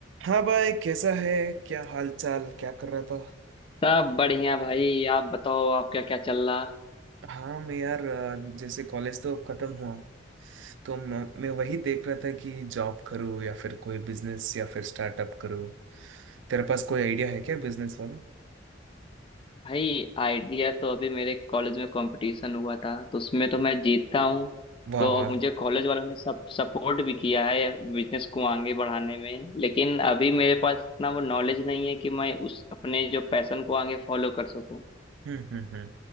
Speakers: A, on the right; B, on the left.
A: हाँ भाई कैसा है क्या हाल चाल क्या कर रहा था
B: सब बढ़िया भाई आप बताओ आप क्या क्या चल रहा
A: हाँ मैं यार अ, जैसे कॉलेज तो खत्म हुआ तो मैं, मैं वही देख रहा था कि जॉब करूँ या फिर कोई बिजनेस या फिर स्टार्टअप करूँ तेरे पास कोई आइडिया है क्या बिजनेस वाला
B: भाई आइडिया तो अभी मेरे कॉलेज में कंपटीशन हुआ था तो उसमें तो मैं जीता हूँ
A: वाह
B: तो
A: वाह
B: अब मुझे कॉलेज वालों ने सब सपोर्ट भी किया है बिजनेस को आगे बढ़ाने में लेकिन अभी मेरे पास इतना वो नॉलेज नहीं है कि मैं उस अपने जो पैशन को आगे फॉलो कर सकूं
A: हम्म हम्म हम्म